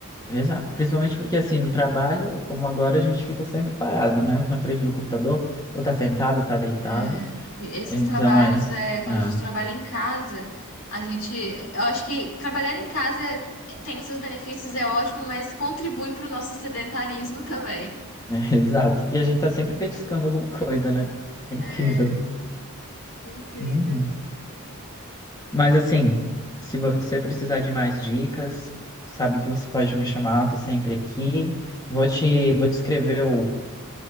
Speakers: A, on the left (about 15°); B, on the left (about 75°).
A: Exato, principalmente porque assim, no trabalho, como agora, a gente fica sempre parado, né? Na frente do computador, ou tá sentado, ou tá deitado.
B: É, e esses
A: Então
B: trabalhos,
A: é,
B: é, quando
A: é,
B: a gente trabalha em casa, a gente, eu acho que trabalhar em casa é- tem os seus benefícios, é ótimo, mas contribui para o nosso sedentarismo também.
A: é, <laughs> exato. E a gente tá sempre petiscando alguma coisa, né? É
B: É,
A: incrível.
B: incrível.
A: Uhum. Mas assim, se você precisar de mais dicas, sabe que você pode me chamar, eu tô sempre aqui. Vou te, vou te escrever o,